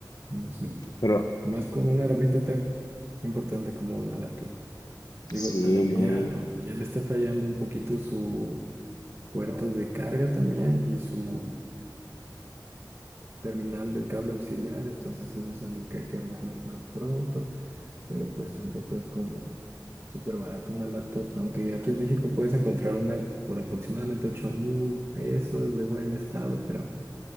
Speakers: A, on the right; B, on the left.
A: No sé.
B: Pero
A: Más con una herramienta tan importante como una laptop. Digo,
B: sí,
A: a la mía
B: me...
A: ya le está fallando un poquito su puerto de carga también y su terminal del cable auxiliar, entonces eso es algo que hay que reemplazar pronto. pero pues tampoco es como súper barato una laptop, aunque aquí en México puedes encontrar una por aproximadamente ocho mil pesos de buen estado, pero